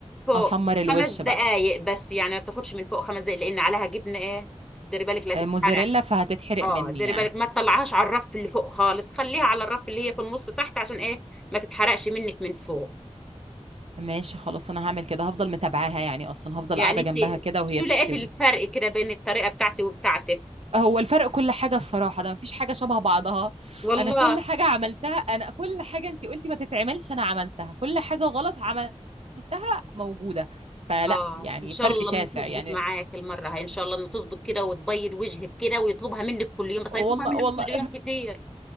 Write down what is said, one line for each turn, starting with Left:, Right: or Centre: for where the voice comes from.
Centre: فوق
Right: أحمّر الوِش
Centre: خمس دقائق
Right: بقى،
Centre: بس يعني ما بتاخدش من فوق خمس دقائق لان عليها جبنه ايه ديري بالك لا تتحرق
Right: آآ موتزاريلا فهتتحرق
Centre: اه
Right: منّي
Centre: ديري
Right: يعني.
Centre: بالك ما تطلعهاش على الرف اللي فوق خالص خليها على الرف اللي هي في النص تحت عشان ايه ما تتحرقش منك من فوق
Right: ماشي خلاص أنا هاعمل كده، هافضل متابعاها يعني أصلًا، هافضل
Centre: يعني
Right: قاعدة
Centre: انت
Right: جنبها كده وهي
Centre: شو
Right: بتستوي.
Centre: لقيت الفرق كده بين الطريقة بتاعتي وبتاعتك
Right: هو الفرق كل حاجة الصراحة ده مفيش حاجة شبه بعضها
Centre: والله
Right: أنا كل حاجة عملتها أنا كل حاجة أنتي قلتي ما تتعملش أنا عملتها كل حاجة غلط عملتها موجودة فلا
Centre: اه
Right: يعني
Centre: ان شاء
Right: فرق
Centre: الله
Right: شاسع
Centre: انه تظبط
Right: يعني
Centre: معاك المرة هاي ان شاء الله انه تظبط كده وتبيض وجهك كده ويطلبها منك كل يوم بس
Right: والله
Centre: هيطلبها منك
Right: والله
Centre: كل يوم كتير